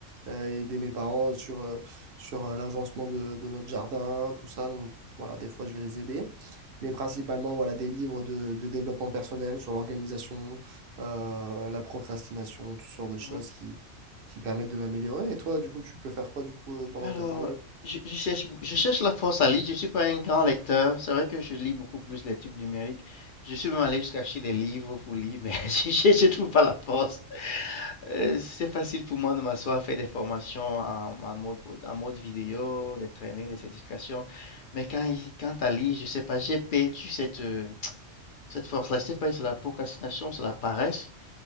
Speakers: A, on the right; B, on the left.
A: euh, aider mes parents sur, euh, sur euh, l'agencement de, de notre jardin, tout ça. Donc voilà, des fois je vais les aider. Mais principalement, voilà, des livres de, de développement personnel sur l'organisation, euh, la procrastination, toutes sortes de choses
B: Mhm,
A: qui, qui permettent de m'améliorer. Et toi, du coup, tu peux faire quoi du coup euh, pendant
B: Alors,
A: tes temps libres?
B: je, je cherche, je cherche la force à lire. Je suis pas un grand lecteur. C'est vrai que je lis beaucoup plus les trucs numériques. Je suis même allé jusqu'à acheter des livres pour lire, mais <laughs> je, je, je trouve pas la force. Euh, c'est facile pour moi de m'asseoir, faire des formations en, en mode, audio- en mode vidéo, des trainings, des certifications. Mais quand, il- quand à lire, je sais pas, j'ai perdu cette, euh, cette force-là. Je sais pas si c'est la procrastination, c'est la paresse.